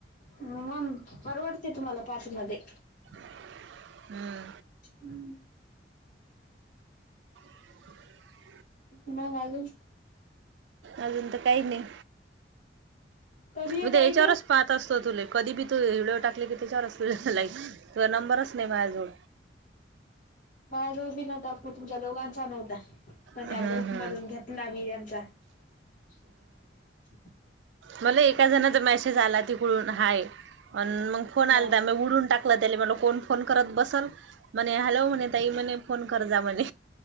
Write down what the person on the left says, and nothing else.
मग परवडते, तुम्हाला पाचमध्ये.
हम्म.
मग, अजून?
कधी येता
इकडं
माझ्याजवळ बी नव्हता. तुमच्या दोघां नव्हता. पण
त्या ग्रुप
मधून घेतला मी यांचा <inaudible>
हा